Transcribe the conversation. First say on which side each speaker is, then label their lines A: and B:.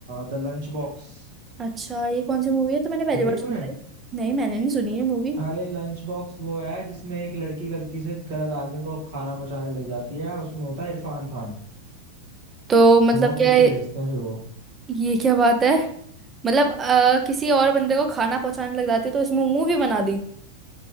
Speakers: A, on the right; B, on the right.
A: द लंच बॉक्स
B: अच्छा ये कौन सी मूवी है तो मैंने पहली
A: देखिए
B: बार
A: तूने
B: सुनी भाई नहीं मैंने नहीं सुनी है मूवी
A: अरे लंच बॉक्स वो है जिसमें एक लड़की गलती से गलत आदमी को खाना पहुंचाने लग जाती है उसमें होता है इरफान खान
B: तो मतलब
A: नोट
B: क्या
A: लिख
B: है
A: के भेजते हैं फिर वो
B: ये क्या बात है मतलब अ, किसी और बंदे को खाना पहुंचाने लग जाते तो इसमें मूवी बना दी